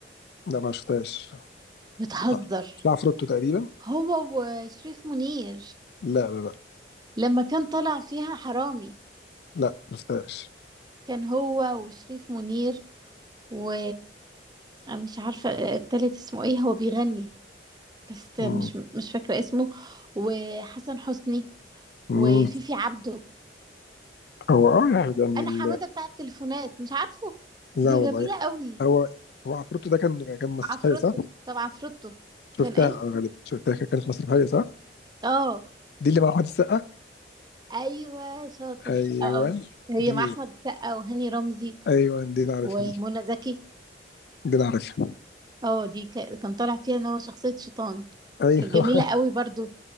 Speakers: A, on the left (about 60°); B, on the right (about 25°).
A: لا ما شفتهاش
B: بتهزر
A: آه. في عفروتو تقريبا
B: هو وشريف منير
A: لا لا لا
B: لما كان طالع فيها حرامي
A: لا ما شفتهاش
B: كان هو وشريف منير و مش عارفة التالت اسمه ايه هو بيغني بس
A: مم.
B: مش مش فاكرة اسمه وحسن حسني
A: مم.
B: وفيفي عبده
A: هو اه يعني
B: انا
A: ال...
B: حمادة بتاع التليفونات مش عارفه
A: لا
B: دي
A: والله
B: جميلة قوي
A: هو هو عفروتو ده كان كان مسرحيه
B: عفروتو
A: صح؟
B: طب عفروتو
A: شفتها
B: كان ايه
A: آه، غالبا شفتها كانت مسرحيه صح؟
B: اه
A: دي اللي مع احمد السقا
B: ايوه شاطر
A: ايوه
B: اه هي
A: دي
B: مع احمد السقا وهاني رمزي
A: ايوه دي اللي عارفها
B: ومنى
A: دي
B: زكي
A: دي اللي عارفها
B: اه دي ك- كان طالع فيها ان هو شخصية شيطان
A: ايوه
B: كانت جميلة قوي برضو